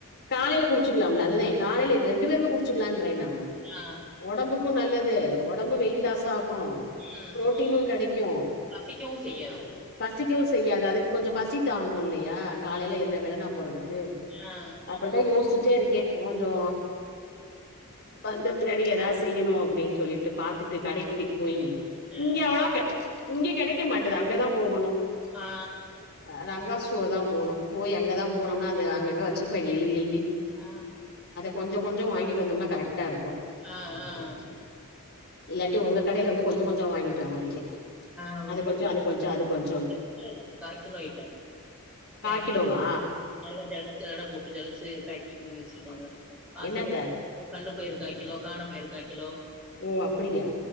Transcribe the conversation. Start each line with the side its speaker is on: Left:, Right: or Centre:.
Left: காலைல குடுச்சுக்கலாம்ல அதுதே காலைல ரெண்டு பேருமே குடுச்சுக்கலான்றே நாம
Centre: ஆ
Left: ஒடம்புக்கு நல்லது ஒடம்பு வெயிட் லாஸ் ஆகு
Centre: ம்
Left: ப்ரோட்டீனு கெடெக்கு
Centre: பசிக்கவு செய்யாது
Left: பசிக்கவு செய்யாது அதுக்கு கொஞ்சொ பசி தாங்கு இல்லையா காலைல இவ்ள வெல்லனா போறதுக்கு
Centre: ஆ
Left: அப்டுத்தா யோச்சுட்டே இருக்கே கொஞ்சோ ப்ப வந்த பின்னாடி ஏதாது செய்யணு அப்டின் சொல்லிட்டு பாத்துட்டு கடைக் கூட்டிட்டு போயி
Centre: ஆ
Left: இங்கெ அவ்ளவா கெ இங்கெ கெடைக்க மாட்டுது அங்கதா போகணு
Centre: ஆ
Left: அ ரங்காஸ் துவ தா போனு போய் அங்கதா போனோம்னா அந்த அங்கங்க வச்சுருப்பாங்கெ எழுதி எழுதி
Centre: அ
Left: கொஞ்சொ கொஞ்சொ வாங்கிட்டு வந்தம்னா கரெக்டா இருக்கு
Centre: அ அ
Left: இல்லாட்டி ஒங்க கடைல வந்து கொஞ்சொ கொஞ்சொ வாங்கிட்டு வர வேண்டிதே
Centre: ஆமா
Left: அது கொஞ்சொ அது கொஞ்சொ அது கொஞ்சோன்
Centre: <inaudible> இருக்கு கா கிலோ ஐட்டம்
Left: கா
Centre: பேக்கிங்
Left: கிலோவா
Centre: நல்லா ஜலுச்சதொட போட்டு ஜலுச்சு பேக்கிங் பண்ணி வச்சுருப்பாங்க பாசிப்
Left: என்னத்த
Centre: கல்லு பயிறு காக் கிலோ கானாப்பயிறு காக் கிலோ
Left: ஓ அப்புடியா